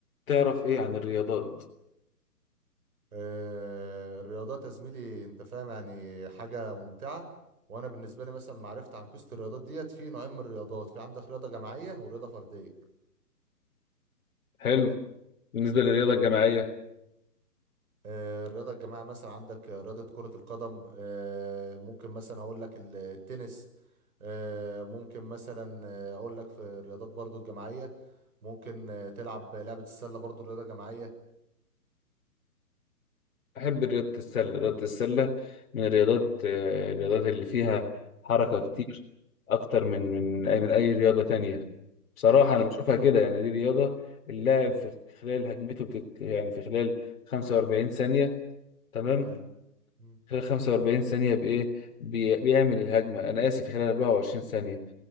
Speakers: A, on the left (about 55°); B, on the right (about 65°).
A: تعرف ايه عن الرياضات
B: آه، الرياضات يا زميلي انت فاهم يعني حاجة ممتعة وانا بالنسبة لي مثلا معرفت عن قصة الرياضات ديت في نوعين من الرياضات في عندك رياضة جماعية ورياضة فردية
A: حلو بالنسبة للرياضة الجماعية
B: آه، الرياضة الجماعية مثلا عندك آه، رياضة كرة القدم آه، ممكن مثلا هقول لك ال- التنس آه، ممكن مثلا آه، اقول لك في الرياضات برضو الجماعية ممكن آه، تلعب لعبة السلة برضو رياضة جماعية
A: أحب رياضة السلة رياضة السلة من الرياضات آه، الرياضات اللي فيها حركة
B: مم،
A: كتير أكتر من من أي من أي رياضة تانية بصراحة
B: اكيد
A: أنا بشوفها كده يعني دي رياضة اللاعب
B: مم،
A: في خلال هجمته بتت... يعني في خلال 45 ثانية تمام
B: حلو مم،
A: خلال 45 ثانية بإيه بي...
B: مم،
A: بيعمل الهجمة أنا آسف في خلال 24 ثانية